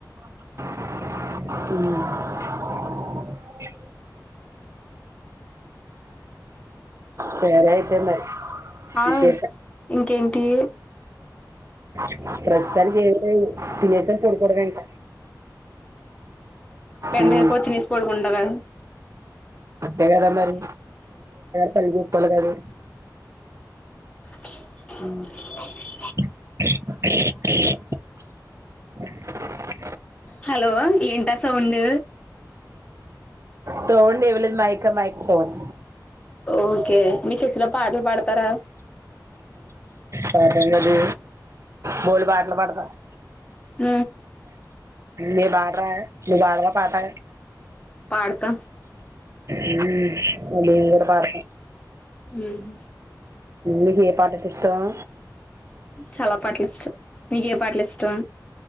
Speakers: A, on the right; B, on the left.
A: అ సరే అయితే మరి
B: ఆ
A: ఇంకేం
B: ఇంకేంటి
A: అ ప్రస్తుతానికి తిలిసం కొడుకుడవంంట
B: బంటగా
A: ఉమ్,
B: కోతినీసి పోడుకుంటార
A: అ కద మరి కలిసేస్ కలవాలి
B: అ
A: <unintelligible> <unintelligible>
B: హలో ఏంట సౌండ్
A: సౌండ్ ఏమీలేదు మయకా మైక్ సోన్
B: ఓకే మీ చెర్చిలో పాటలు పాడతారా
A: పట గది గోలి పాటలు పడతా
B: ఉ
A: మ బాడ రా మీ బాడరా పాటా
B: పాడత
A: ఇ నేను కూడా పాడుతా
B: ఉహు
A: మీకు ఏ పాతట్ ఇష్టం
B: చాలా పాటలు ఇష్టం నీక ఏ పాటలు ఇష్టం